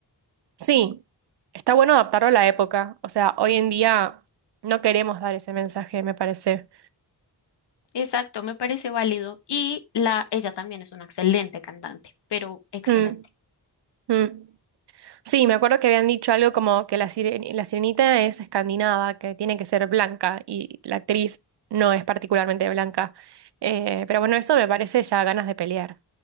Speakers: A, on the right; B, on the left.
A: Sí. Está bueno adaptarlo a la época. O sea, hoy en día no queremos dar ese mensaje, me parece.
B: Exacto, me parece válido. Y la, ella también es una excelente cantante, pero excelente.
A: Mm, mm. Sí, me acuerdo que habían dicho algo como que la sire- la sirenita es escandinava, que tiene que ser blanca, y la actriz no es particularmente blanca. Eh, pero bueno, eso me parece ya ganas de pelear.